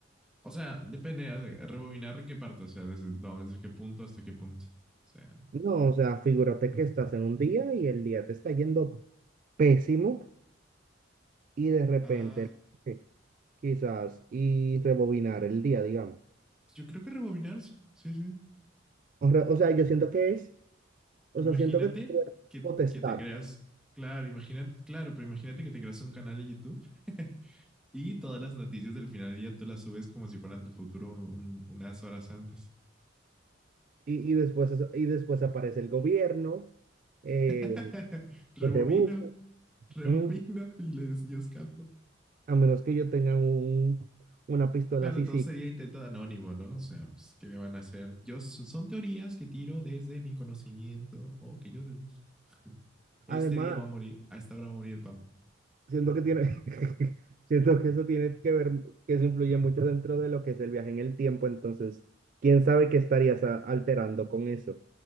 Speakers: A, in the centre; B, on the right (about 40°).
A: O sea, depende eh, rebobinar qué parte, o sea, desde, no, desde qué punto hasta qué punto. O sea,
B: No, o sea, figúrate que estás en un día y el día te está yendo pésimo y de repente,
A: ah,
B: eh, quizás, y rebobinar el día, digamos.
A: yo creo que rebobinar, sí, sí, sí.
B: O, re- o sea, yo siento que es, o
A: Imagínate
B: sea, siento que es
A: que,
B: potestad
A: que te creas, claro, imagínate, claro, pero imagínate que te creas un canal de YouTube <laughs> Y todas las noticias del final del día tú las subes como si fueran del futuro un- unas horas antes.
B: y, y después, es- y después aparece el gobierno eh,
A: <laughs> Rebobino,
B: que te busca,
A: rebobino
B: mm,
A: y les, yo escapo.
B: a menos que yo tenga un, una pistola
A: Claro,
B: así,
A: todo
B: sí.
A: sería intento de anónimo, ¿no? O sea, pues, ¿qué me van a hacer? Yo, son teorías que tiro desde mi conocimiento o que yo deduzco. Este
B: Además,
A: día va a morir, a esta hora va a morir el Papa.
B: siento que tiene, <laughs> siento que eso tiene que ver, que eso influye mucho dentro de lo que es el viaje en el tiempo, entonces, quién sabe qué estarías a- alterando con eso.